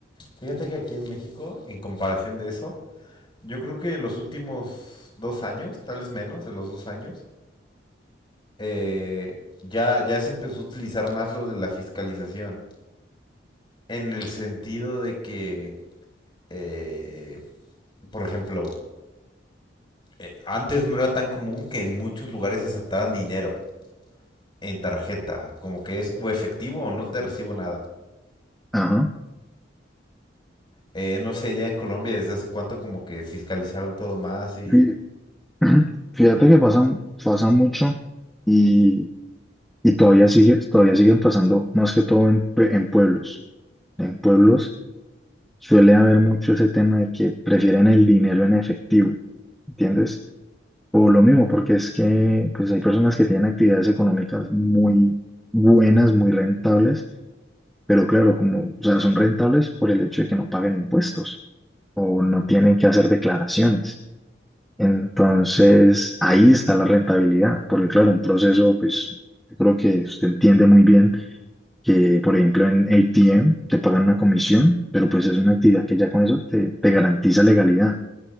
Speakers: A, on the left; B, in the centre.
A: Fíjate que aquí en México, en comparación de eso, yo creo que los últimos dos años, tal vez menos de los dos años, eh, ya, ya se empezó a utilizar más lo de la fiscalización. En el sentido de que, eh, por ejemplo, eh, antes no era tan común que en muchos lugares aceptaran dinero en tarjeta, como que es o efectivo o no te recibo nada.
B: Ajá.
A: Eh, no sé, allá en Colombia desde hace cuánto como que fiscalizaron todo más y...
B: Fí- <clears throat> Fíjate que pasa, pasa mucho y Y todavía sigue, todavía siguen pasando, más que todo en, pue- en pueblos. En pueblos suele haber mucho ese tema de que prefieren el dinero en efectivo, ¿entiendes? O lo mismo, porque es que pues hay personas que tienen actividades económicas muy buenas, muy rentables, pero claro, como, o sea, son rentables por el hecho de que no pagan impuestos o no tienen que hacer declaraciones. Entonces, ahí está la rentabilidad, porque claro, un proceso, pues, yo creo que usted entiende muy bien que por ejemplo en ATM te pagan una comisión, pero pues es una actividad que ya con eso te, te garantiza legalidad,